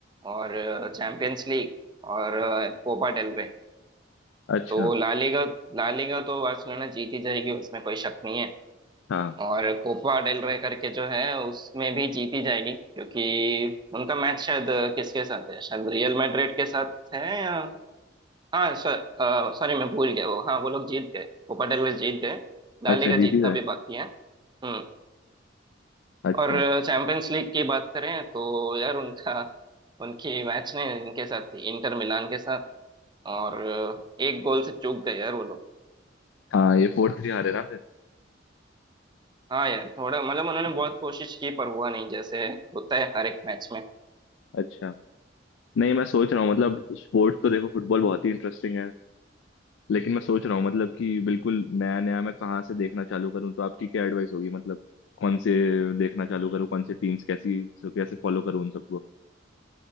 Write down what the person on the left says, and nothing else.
अच्छा
हाँ
अच्छा
जीती है
अच्छा
हाँ ये फोर थ्री हारे ना फिर
अच्छा नहीं मैं सोच रहा हूँ मतलब स्पोर्ट तो देखो फुटबॉल बहुत ही इंटरेस्टिंग है लेकिन मैं सोच रहा हूँ मतलब कि बिल्कुल नया नया मैं कहाँ से देखना चालू करूँ तो आपकी क्या एडवाइस होगी मतलब कौन से देखना चालू करूँ कौन से टीम्स कैसी सो कैसे फॉलो करूँ उन सबको